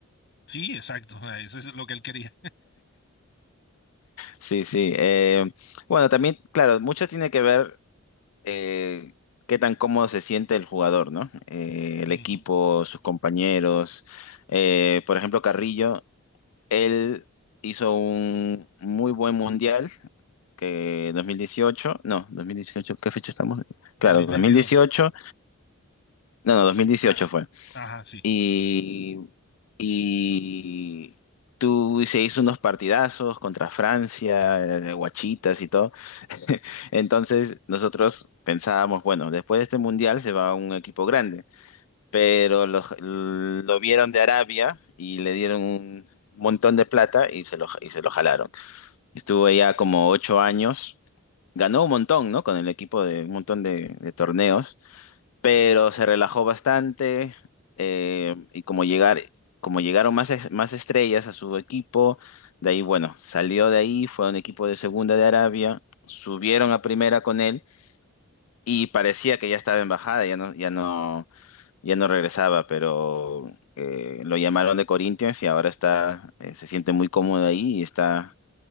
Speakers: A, on the left; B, on the left.
A: Sí, exacto, <laughs> o eso es lo que él quería.
B: Sí, sí. eh, bueno, también, claro, mucho tiene que ver eh, qué tan cómodo se siente el jugador, ¿no? Eh, el
A: Ujú,
B: equipo, sus compañeros. Eh, por ejemplo, Carrillo, él hizo un muy buen mundial, que 2018. no, 2018. ¿qué fecha estamos?
A: 2022.
B: Claro, dos mil dieciocho. no, no, dos mil dieciocho
A: Ah,
B: fue.
A: ajá, sí,
B: Y, y tú se hizo unos partidazos contra Francia, eh, guachitas y todo. <laughs> Entonces nosotros pensábamos, bueno, después de este mundial se va un equipo grande, pero lo, lo vieron de Arabia y le dieron un montón de plata y se lo, y se lo jalaron. Estuvo allá como ocho años. Ganó un montón, ¿no? Con el equipo de un montón de, de torneos, pero se relajó bastante eh, y como llegar, como llegaron más, es- más estrellas a su equipo, de ahí, bueno, salió de ahí, fue a un equipo de segunda de Arabia, subieron a primera con él y parecía que ya estaba en bajada, ya no, ya no, ya no regresaba, pero eh, lo llamaron de Corinthians y ahora está, eh, se siente muy cómodo ahí y está